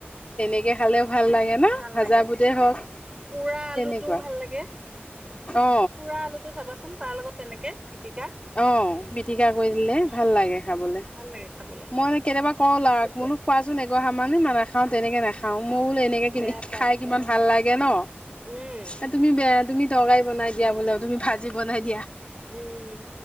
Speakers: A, on the left (about 30°); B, on the right (about 20°).
A: তেনেকে খালেও ভাল লাগে ন
B: ভাল
A: ভাজা
B: লাগে
A: বুটই হওক
B: পোৰা আলুটোও
A: তেনেকুৱা
B: ভাল লাগে
A: অ
B: পোৰা আলুটো চাবাচোন তাৰ লগত তেনেকে পিটিকা
A: আহ পিটিকা কৰি দিলে
B: উম
A: ভাল লাগে খাবলে
B: ভাল লাগে খাবলে
A: মই মে কেতিয়াবা কওঁ লাক
B: সেইটোৱে
A: মোনো খোৱাচোন এগৰ হা মানহে মা নাখাও, তেনেকে নাখাও মৌল এনেকে কিনি
B: বেয়া পায়
A: খাই কিমান
B: উম
A: ভাল লাগে ন,
B: উম
A: এ তুমি বেয়া তুমি তৰৰাী বনাই দিয়া বোলে তুমি ভাজি বনাই দিয়া
B: উম